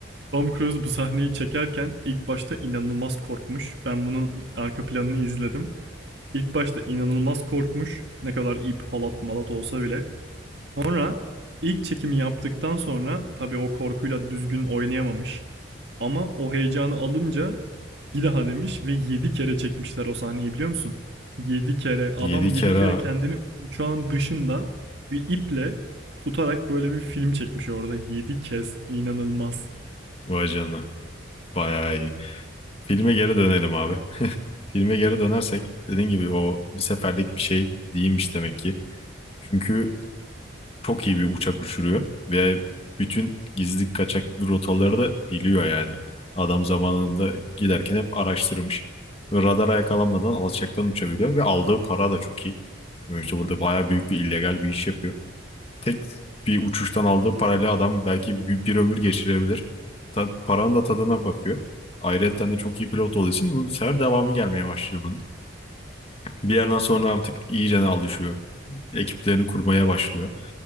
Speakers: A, on the right; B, on the left.
A: Tom Cruise bu sahneyi çekerken ilk başta inanılmaz korkmuş. Ben bunun arka planını izledim. İlk başta inanılmaz korkmuş. Ne kadar ip, halat, malat olsa bile. Sonra ilk çekimi yaptıktan sonra tabii o korkuyla düzgün oynayamamış. Ama o heyecanı alınca bir daha demiş ve 7 kere çekmişler o sahneyi biliyor musun? 7 kere adam
B: Yedi
A: 7
B: kere
A: kere
B: ha.
A: kendini uçağın dışında bir iple tutarak böyle bir film çekmiş orada 7 kez inanılmaz.
B: Vay canına. Bayağı iyi. Filme geri dönelim abi. Filme geri dönersek dediğin gibi o bir seferlik bir şey değilmiş demek ki. Çünkü çok iyi bir uçak uçuruyor ve bütün gizli kaçak rotaları da biliyor yani. Adam zamanında giderken hep araştırmış. Ve radara yakalanmadan alçaktan uçabiliyor ve aldığı para da çok iyi. Yani İşte burada bayağı büyük bir illegal bir iş yapıyor tek bir uçuştan aldığı parayla adam belki bir, bir ömür geçirebilir. Ta, paranın da tadına bakıyor. Ayrıca de çok iyi pilot olduğu için bu sefer devamı gelmeye başlıyor bunun. Bir yerden sonra artık iyice alışıyor. Ekiplerini kurmaya başlıyor.